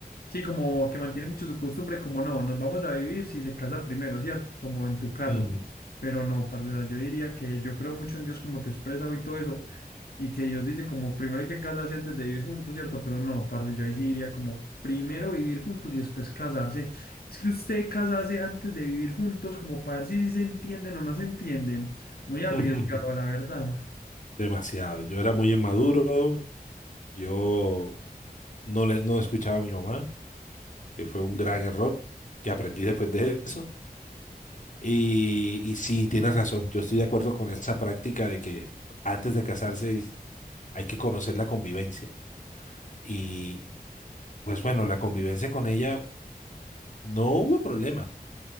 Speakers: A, on the left; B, on the left.
A: sí, como que mantiene mucho su costumbre, como no, nos vamos a vivir si se casa primero, ¿cierto? Como en tu caso.
B: Ujú.
A: Pero no, parce, o sea, yo diría que yo creo mucho en Dios como te expresa y todo eso, Y que Dios dice como primero hay que casarse antes de vivir juntos, ¿cierto? Pero no, parce, yo ahí sí diría como primero vivir juntos y después casarse. Es que usted casarse antes de vivir juntos como para ver si, sí se entienden o no se entienden. Muy arriesgado,
B: <laughs>
A: la verdad.
B: Demasiado. Yo era muy inmaduro. Yo no, le, no escuchaba a mi mamá, que fue un
A: Sí,
B: gran error que aprendí después de eso. Y, y sí, tienes razón, yo estoy de acuerdo con esa práctica de que antes de casarse hay que conocer la convivencia. Y pues bueno, la convivencia con ella no hubo problema,